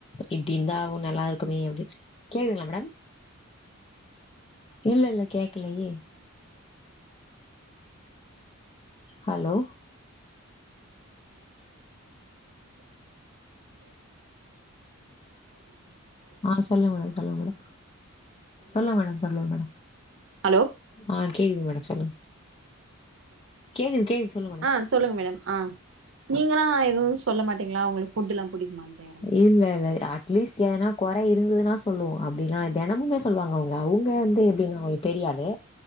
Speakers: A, on the left (about 25°); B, on the right (about 65°).
A: இப்படி இருந்தா கொ நல்லா இருக்குமே அப்டினு கேக்குதுங்களா மேடம் இல்ல இல்ல கேக்கலயே ஹலோ ஆ சொல்லுங் மேடம் சொல்லுங் மேடம் சொல்லுங் மேடம் சொல்லுங்க மேடம்
B: ஹலோ
A: ஆ கேக்குதுங் மேடம் சொல்லுங் கேக்குது கேக்குது சொல்லுங்க மேடம்
B: ஆ சொல்லுங்க மேடம் ஆ நீங்களல்லா எதுவு சொல்ல மாட்டீங்களா உங்களுக்கு புட் எல்லா புடிக்குமான்னு கேக்குறே மேடம்
A: இல்ல இல்ல அ அட்லீஸ்ட் எதனா கொற இருந்ததுன்னா சொல்லுவோ அப்டின்னா தெனமுமே சொல்லுவாங்க அவங்க அவங்க வந்து எப்டினா பெரியாளு